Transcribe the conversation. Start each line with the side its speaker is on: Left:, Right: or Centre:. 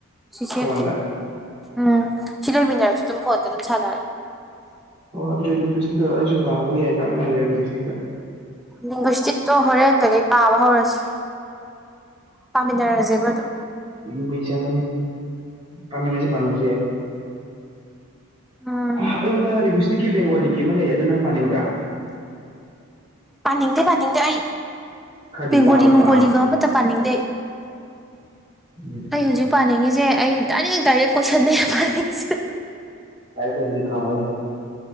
Centre: ꯁꯤꯁꯦ
Right: ꯐꯣꯟꯗ
Centre: ꯎꯝ ꯁꯤ ꯂꯩꯃꯤꯟꯅꯔꯁꯨ ꯑꯗꯨꯝ ꯐꯣꯟꯗ ꯑꯗꯨꯝ ꯁꯥꯟꯅꯔꯦ
Right: ꯑꯣ ꯑꯗꯨꯦ ꯂꯤꯀꯁꯇ ꯑꯩꯁꯨ ꯄꯥꯥꯎꯧꯕ ꯌꯥꯏ ꯇꯥꯛꯅꯔꯦꯀꯁꯇꯤꯛꯇ
Centre: ꯅꯒꯁꯇꯤꯛꯇꯣ ꯍꯣꯔꯦꯟꯗꯒꯤꯩ ꯄꯥꯕ ꯍꯧꯔꯁꯤ ꯄꯥꯝꯃꯤꯟꯅꯔꯁꯦꯕ ꯑꯗꯨ
Right: ꯖꯥ ꯃꯅꯤꯁ ꯄꯃꯤꯁꯤ ꯄꯝꯁꯤ ꯌꯥꯦ
Centre: ꯎꯝ
Right: ꯑꯩꯉꯣꯟꯗꯂꯤꯂꯤꯁꯇꯤꯒꯤ ꯕꯦꯡꯒꯣꯂꯤꯒꯤ ꯑꯃ ꯂꯩ ꯑꯗꯣ ꯅꯪ ꯄꯥꯅꯤꯡꯕ꯭ꯔꯥ
Centre: ꯄꯥꯅꯤꯡꯗꯦ ꯄꯥꯅꯤꯡꯗꯦ ꯑꯩ
Right: ꯈꯔꯗꯤ
Centre: ꯕꯦꯡꯒꯣꯂꯤ
Right: ꯋꯥꯕ ꯄꯥꯕꯗ
Centre: ꯅꯨꯡꯒꯣꯂꯤꯒ ꯑꯃꯠꯇ ꯄꯥꯅꯤꯡꯗꯦ
Right: ꯎ
Centre: ꯑꯩ ꯍꯧꯖꯤꯛ ꯄꯥꯅꯤꯡꯉꯤꯁꯦ ꯑꯩ ꯗꯥꯏꯔꯦꯛ ꯗꯥꯏꯔꯦꯛ ꯀꯣꯏꯁꯟꯅꯗꯩ ꯄꯥꯅꯤꯡꯉꯤꯁꯦ
Right: ꯗꯥꯏꯔꯦꯛ ꯀꯣꯏꯁꯟꯗꯤ ꯐꯪꯉꯣꯏꯍꯦ